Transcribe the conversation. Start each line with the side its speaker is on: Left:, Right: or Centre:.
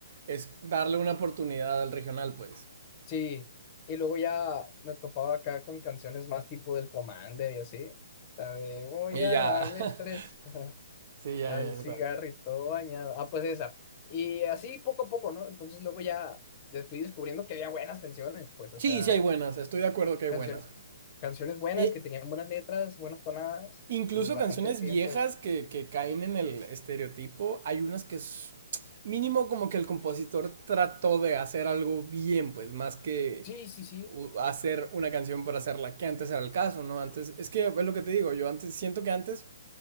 Right: es darle una oportunidad al regional, pues.
Left: sí. Y luego ya me topaba acá con canciones más tipo del Commander y así. La de voy
Right: Y
Left: a
Right: ya,
Left: darle
Right: <laughs>
Left: tres <laughs>
Right: sí, ya,
Left: al
Right: ya, ya
Left: cigarrito
Right: sé cuál.
Left: bañado. Ah, pues esa. Y así poco a poco, ¿no? Entonces luego ya de- fui descubriendo que había buenas canciones, pues, o
Right: Sí,
Left: sea,
Right: sí hay buenas, estoy de acuerdo que
Left: canción
Right: hay buenas.
Left: canciones buenas
Right: E-
Left: que tenían buenas letras, buenas tonadas
Right: Incluso
Left: y bastante
Right: canciones
Left: bien,
Right: viejas
Left: pues.
Right: que, que caen en el estereotipo, hay unas que es mínimo como que el compositor trató de hacer algo bien, pues más que
Left: Sí, sí, sí.
Right: u- hacer una canción por hacerla, que antes era el caso, ¿no? Antes, es que es lo que te digo, yo antes siento que antes